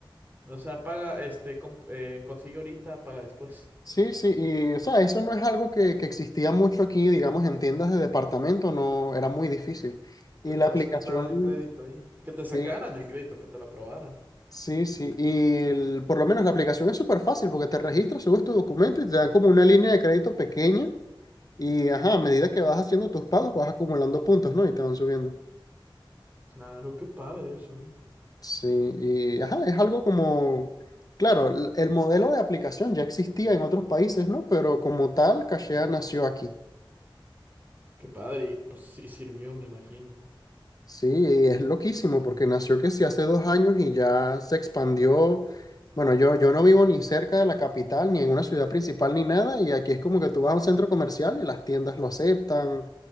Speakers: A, on the right; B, on the left.
A: o sea, paga, este, comp- eh, consigue ahorita, paga después.
B: Sí, sí, y o sea, eso no es algo que, que existía mucho aquí, digamos, en tiendas de departamento, no, era muy difícil. Y
A: Que te
B: la aplicación,
A: aceptaran el crédito ahí. Que te sacaran
B: sí,
A: el crédito, que te lo aprobaran.
B: sí, sí, y el- por lo menos la aplicación es súper fácil porque te registras, subes tu documento y te dan como una línea de crédito pequeña Y ajá, a medida que vas haciendo tus pagos, vas acumulando puntos, ¿no? Y te van subiendo.
A: Claro, qué padre eso, ¿eh?
B: Sí, y ajá, es algo como, claro, l- el modelo de aplicación ya existía en otros países, ¿no? Pero como tal, Cachea nació aquí.
A: Qué padre, y pues sí sirvió, me imagino.
B: Sí, es loquísimo porque nació que sí hace dos años y ya se expandió. Bueno, yo, yo no vivo ni cerca de la capital, ni en una ciudad principal, ni nada. Y aquí es como que tú vas a un centro comercial y las tiendas lo aceptan.